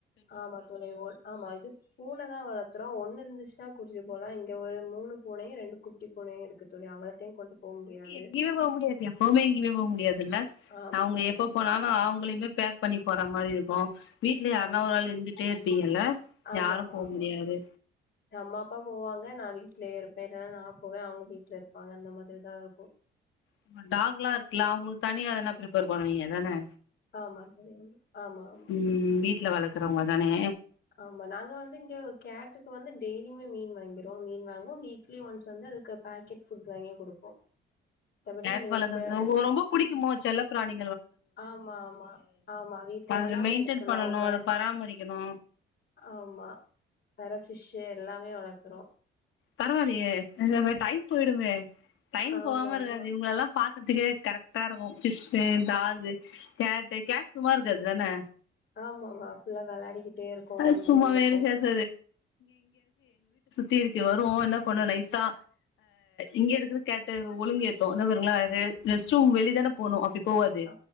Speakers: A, on the left; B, on the left.
A: ஆமா தொலைவோல் ஆமா இது கூல் பூன தா வளத்தரோ ஒன்னு இருந்துச்சுன்னா கூட்டிட்டு போலா இங்க ஒரு மூணு பூனையு ரெண்டு குட்டி பூனையு இருக்குது அவளத்தையு கொண்டு போ முடியாது
B: எங்கெயுமே போ முடியாது எப்பவுமே எங்கெயுமே போ முடியாது இல்ல
A: ஆமா
B: அவுங்க
A: தோழி
B: எப்ப
A: ஆமா
B: போனாலு அவங்களையுமே பேக் பண்ணி போற மாரி இருக்கு வீட்ல யாரன
A: ஆமா
B: ஒரு ஆள் இருந்துட்டே இருப்பீங்கல்ல
A: ஆமாமாமா
B: யாரு போ முடியாது
A: அம்மா அப்பா போவாங்க நா வீட்லயே இருப்பே இலன்னா நா போவே அவங்க வீட்ல இருப்பாங்க அந்த மாரிதா இருக்கு
B: இப்ப டாக் எல்லா இருக்குல அவங்களுக்கு தனியா எதனா பிரிப்பேர் பண்ணுவீங்க தானே
A: ஆமா தெரியாம ஆமா ஆமா
B: ம் வீட்ல வளக்கறவங்க தானே
A: ஆமா நாங்க வந்து இங்க கேட்டுக்கு வந்து டெய்லியுமே மீன் வாங்கிறோ மீன் வாங்குவோ வீக்லி ஒன்ஸ் வந்து அதுக்கு பேக்கெட் ஃபுட் வாங்கி குடுப்போ மத்தபடி
B: கேர்ஃபால்
A: மில்க்கு
B: ஏதாது
A: அந்த மாதிரி
B: ரொம்ப புடிக்குமோ செல்லப் பிராணி
A: ஆமா ஆமா ஆமா வீட்ல
B: அத
A: எல்லாமே
B: மெயின்டென்
A: இருக்கு
B: பண்ணணு
A: லவ் ஃபேர்ட்ஸ்
B: அத பராமரிக்கணு
A: ஆமா ஃபிஷ்ஷு எல்லாமே வளக்குறோ
B: பரவால்லையே இத டைம் போயிருமே டைம்
A: ஆமா
B: போகாம இருக்காது
A: ஆமா
B: இவங்கள எல்லா பாக்கறதுக்கே கரெக்ட்டா இருக்கு ஃபிஷ்ஷு டாகு கேட்டு கேட் சும்மா இருக்காது தானே
A: ஆமா ஆமா ஃபுல்லா வெளாடிக்கிட்டே இருக்கு
B: அது
A: ஓடிட்டே
B: சும்மாவே
A: இருக்கு
B: இருக்காது தீர் இங்க வரு என்ன பண்ணு நைசா இங்க இருக்க கேட்ட ஒழுங்க ஏத்தோ என்னங்கள வெளிதானே போனு அப்டி போவாது
A: ஆ